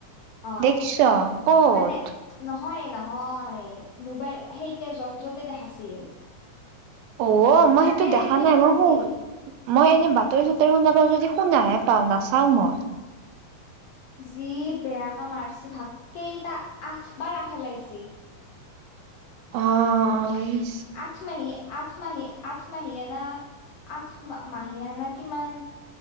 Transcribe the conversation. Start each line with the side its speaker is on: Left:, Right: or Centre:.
Left: অ
Right: দেখছ ক'ত
Left: মানে নহয় নহয় মোবাইল সেইতিয়া যন্ত্ৰতে দেখাছিল
Right: অ মই
Left: মানে
Right: সেইটো দেখা
Left: সেইত
Right: নাই
Left: দেখাছিল
Right: ম শো মই এনে বাতৰি চাতৰি শুনা পাও যদি শুনাহে পাওঁ নাচাও মই
Left: যি বেয়াকে মাৰছি ভাপ কেইটা আঠ বাৰ আফেলাইছি
Right: অ এই
Left: আঠ মাহি, আঠ মাহি, আঠ মাহিয়া না, আঠ মাহিয়া না কিমান,